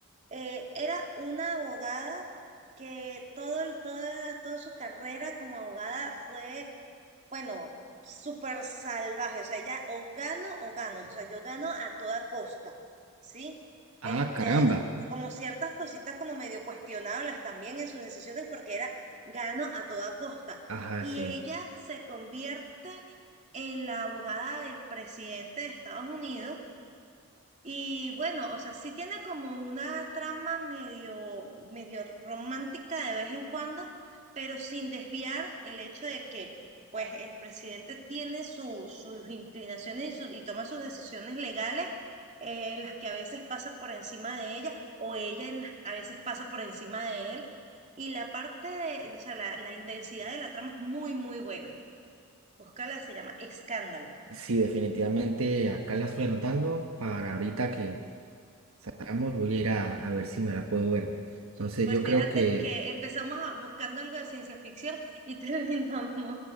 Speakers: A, on the right; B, on the right.
A: Eh, era una abogada que todo, el- toda, toda su carrera como abogada fue bueno, súper salvaje, o sea, ella o gano o gano, o sea, yo gano a toda costa, ¿sí? Este,
B: Ah, caramba.
A: s- como ciertas cositas como medio cuestionables también en sus decisiones porque era gano a toda costa.
B: Ajá,
A: Y
B: sí.
A: ella se convierte en la abogada del presidente de Estados Unidos y bueno, o sea, sí tiene como una trama medio, medio romántica de vez en cuando, pero sin desviar el hecho de que, pues, el presidente tiene su- sus inclinaciones y, su- y toma sus decisiones legales, eh, en las que a veces pasa por encima de ella, o ella en las- a veces pasa por encima de él. Y la parte de, o sea, la, la intensidad de la trama es muy, muy buena. Búscala, se llama Escándalo.
B: Sí, definitivamente acá la estoy anotando para ahorita que salgamos, voy a ir a, a ver si me la puedo ver. Entonces
A: Pues
B: yo
A: fíjate
B: creo que,
A: que empezamos a- buscando algo de ciencia ficción y <laughs> terminamos